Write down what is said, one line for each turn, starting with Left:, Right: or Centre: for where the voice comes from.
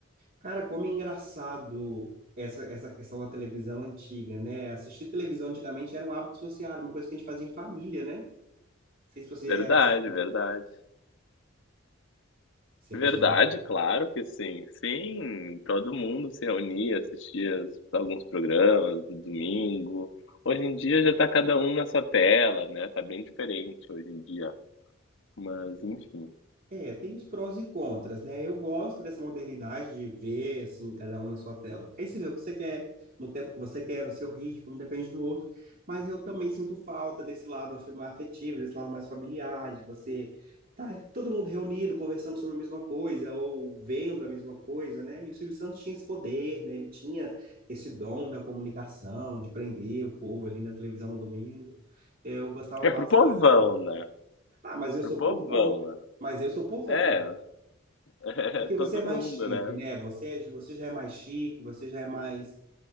Right: Cara, como é engraçado essa, essa questão da televisão antiga, né? Assistir televisão antigamente era um hábito social, uma coisa que a gente fazia em família, né? Não sei se você
Left: Verdade,
Right: era assim.
Left: verdade.
Right: Você
Left: Verdade,
Right: costumava
Left: claro que sim. Sim, todo mundo se reunia, assistia as- alguns programas no domingo. Hoje em dia já tá cada um na sua tela, né? Tá bem diferente hoje em dia. Mas, enfim.
Right: É, tem os prós e contras, né? Eu gosto dessa modernidade de ver, assim, cada um na sua tela. Porque aí você vê o que você quer, no tempo que você quer, no seu ritmo, não depende do outro. Mas eu também sinto falta desse lado af- afetivo, desse lado mais familiar, de você tá todo mundo reunido, conversando sobre a mesma coisa, ou vendo a mesma coisa, né? E o Silvio Santos tinha esse poder, né? Ele tinha esse dom da comunicação, de prender o povo ali na televisão no domingo. Eu gostava
Left: É
Right: bastante
Left: pro povão,
Right: também.
Left: né?
Right: Ah, mas eu
Left: Pro
Right: sou
Left: povão,
Right: povão.
Left: né?
Right: Mas eu sou povão.
Left: É, <laughs>
Right: É porque
Left: é
Right: você
Left: todo
Right: é mais
Left: mundo,
Right: chique,
Left: né?
Right: né? Você, é, você já é mais chique, você já é mais,